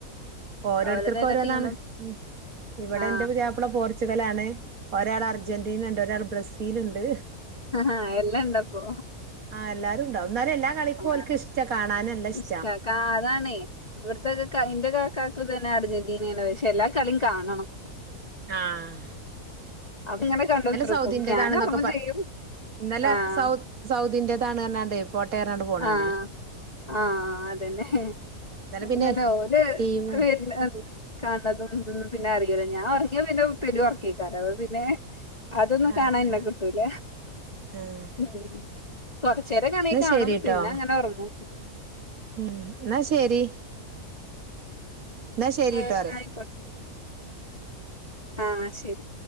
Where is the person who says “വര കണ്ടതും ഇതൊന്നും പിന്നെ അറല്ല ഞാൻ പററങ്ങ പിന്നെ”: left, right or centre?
Left